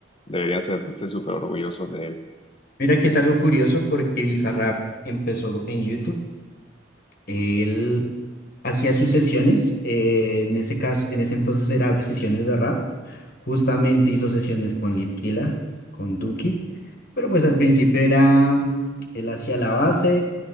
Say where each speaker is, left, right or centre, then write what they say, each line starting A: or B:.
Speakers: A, on the left; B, on the left.
A: deberían sentirse súper orgullosos de él.
B: Mira que es algo curioso porque Bizarrap empezó en YouTube. Él hacía sus sesiones, eh, en ese caso, en ese entonces era sesiones de rap. Justamente hizo sesiones con Litkila, con Duki, pero pues al principio era, él hacía la base,